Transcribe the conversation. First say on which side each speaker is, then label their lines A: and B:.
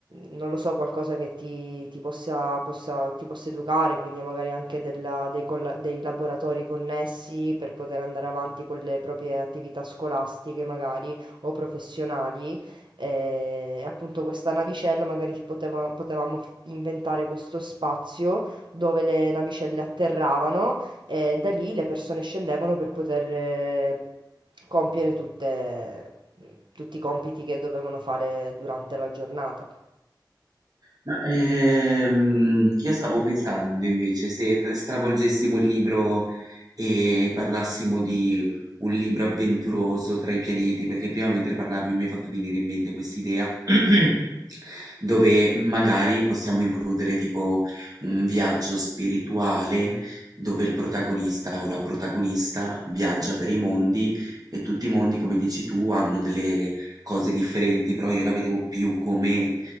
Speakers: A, on the right (about 90°); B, on the right (about 55°).
A: non lo so, qualcosa che ti, ti possa, possa- ti possa educare, quindi magari anche della- dei, colla- dei laboratori connessi per poter andare avanti con le proprie attività scolastiche, magari o professionali. E appunto questa navicella magari poteva- potevamo f- inventare questo spazio dove le navicelle atterravano e da lì le persone scendevano per poter eh, compiere tutte- tutti i compiti che dovevano fare durante la giornata.
B: Ma ehm, io stavo pensando invece se t- stravolgessimo il libro. e parlassimo di un libro avventuroso tra i pianeti, perché prima mentre parlavi mi hai fatto venire in mente quest'idea <clears throat> dove magari possiamo includere tipo un viaggio spirituale dove il protagonista o la protagonista viaggia per i mondi e tutti i mondi, come dici tu, hanno delle cose differenti, però io la vedevo più come